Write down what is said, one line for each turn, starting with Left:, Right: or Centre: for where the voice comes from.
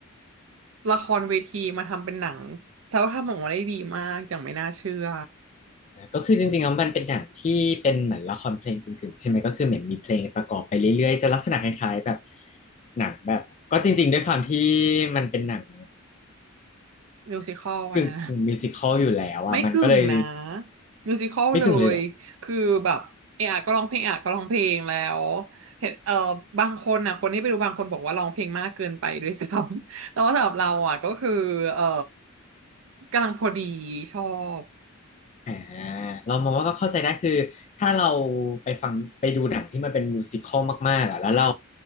Right: ละครเวทีมาทำเป็นหนังแล้วทำออกมาได้ดีมากอย่างไม่น่าเชื่อ
Left: ก็คือจริงๆแล้วมันเป็นหนังที่เป็นเหมือนละครเพลงกึ่งๆใช่ไหมก็คือเหมือนมีเพลงประกอบไปเรื่อยๆจะลักษณะคล้ายๆแบบหนังแบบก็จริงๆด้วยความที่มันเป็นหนัง
Right: มิวสิคอลนะ
Left: กึ่งๆมิวสิคอลอยู่แล้วอ่ะมันก็เลย
Right: ไม่กึ่งนะมิวสิค l ลเลยคือแบบเอะอะก็ร้องเพลงเอะอะก็ร้องเพลงแล้ว
Left: ไม่กึ่งเลยเหรอ
Right: เห็นเออบางคนนะคนที่ไปดูบางคนบอกว่าร้องเพลงมากเกินไปด้วยซ้ำ <laughs> แต่ว่าสำหรับเราอ่ะก็คือเออกำลังพอดีชอบ
Left: อ่าเรามองว่าก็เข้าใจได้คือถ้าเราไปฟังไปดูหนังที่มันเป็นมิวสิคอลมากๆอ่ะแล้วเรา